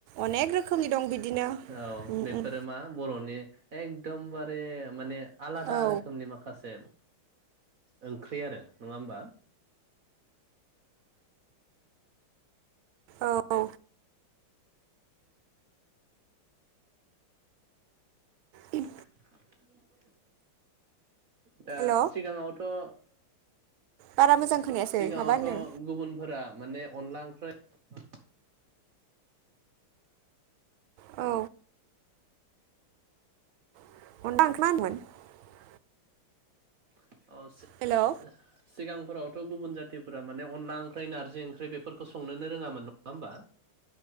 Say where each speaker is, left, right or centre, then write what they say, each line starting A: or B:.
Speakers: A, on the right (about 75°); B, on the right (about 50°).
A: अनेक रोखोमनि दं बिदिनो
B: औ
A: उम
B: बेफोरो
A: उम
B: मा बरनि एकदमबारे माने आलादा
A: औ
B: रोखोमनि माखासे ओंख्रि आरो नङा होमबा
A: औ उम
B: <inaudible>
A: हेल'
B: दा सिगाङावथ ओ
A: बारा मोजां खोनायासै
B: सिगाङावथ
A: माबा होनदों
B: गुबुनफोरा माने अनला ओंख्रै औ
A: औ <unintelligible>
B: <inaudible> औ सि-सिगां
A: हेल' औ
B: फोरावथ गुबुन जाथिफोरा माने अनला ओंख्रि, नारजि ओंख्रि बेफोरखौ संनोनो रोङामोन नङा होमबा।